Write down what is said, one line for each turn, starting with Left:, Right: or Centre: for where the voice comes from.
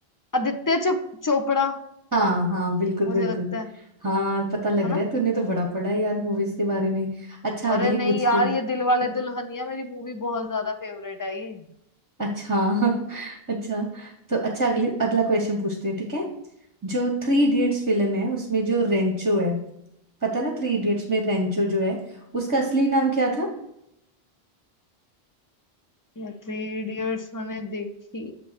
Left: आदित्य चो- चोपड़ा
Right: हाँ हाँ बिल्कुल
Left: मुझे
Right: बिल्कुल
Left: लगता है
Right: हाँ पता लग
Left: है
Right: रहा
Left: ना
Right: है तूने तो बड़ा पढ़ा है यार मूवीज के बारे में अच्छा अगली
Left: अरे नहीं
Right: पूछती
Left: यार
Right: हूँ
Left: ये दिल वाले दुल्हनिया मेरी मूवी बहुत ज्यादा फेवरेट है ये
Right: अच्छा <laughs> अच्छा तो अच्छा अगली अगला क्वेश्चन पूछते हैं ठीक है जो थ्री इडियट्स फिल्म है उसमें जो रेंचो है पता ना थ्री इडियट्स में रेंचो जो है उसका असली नाम क्या था
Left: या थ्री इडियट्स मैंने देखी